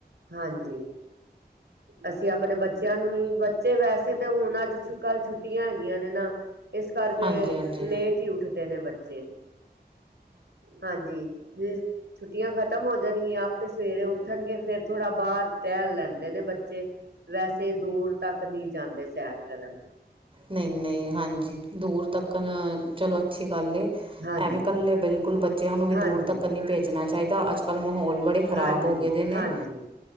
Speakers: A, on the right (about 85°); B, on the right (about 30°).
A: ਹਾਂਜੀ। ਅਸੀਂ ਆਪਣੇ ਬੱਚਿਆਂ ਨੂੰ ਈ ਬੱਚੇ ਵੈਸੇ ਤੇ ਹੁਣ ਅੱਜ ਕੱਲ ਛੁੱਟੀਆਂ ਹੈਗੀਆਂ ਨੇ ਨਾ ਇਸ ਕਰਕੇ
B: ਹਾਂਜੀ ਹਾਂਜੀ
A: ਲੇਟ ਈ ਉੱਠਦੇ ਨੇ ਬੱਚੇ, ਹਾਂਜੀ। ਜੀ ਛੁੱਟੀਆਂ ਖਤਮ ਹੋ ਜਾਣਗੀਆਂ ਆਪੇ ਸਵੇਰੇ ਉੱਠਣਗੇ ਥੋੜਾ ਬਾਹਰ ਟਹਿਲ ਲੈਂਦੇ ਨੇ ਬੱਚੇ ਵੈਸੇ ਦੂਰ ਤੱਕ ਨੀ ਜਾਂਦੇ ਸੈਰ ਕਰਨ।
B: ਨਈ-ਨਈ, ਹਾਂਜੀ ਦੂਰ ਤੱਕਨ ਚਲੋ ਅੱਛੀ ਗੱਲ ਏ।
A: ਹਾਂਜੀ
B: ਐਵੇ ਕੱਲੇ‌ ਬਿਲਕੁਲ ਬ ਚਿਆਂ ਨੂੰ ਵੀ
A: ਹਾਂਜੀ
B: ਦੂਰ ਤੱਕ ਨਈ ਭੇਜਣਾ ਚਾਈਦਾ ਅੱਜ ਕੱਲ੍ਹ ਮਾਹੌਲ ਬੜੇ ਖਰਾਬ
A: ਹਾਂਜੀ
B: ਹੋ ਗਏਦੇ ਨੇ।
A: ਹਾਂਜੀ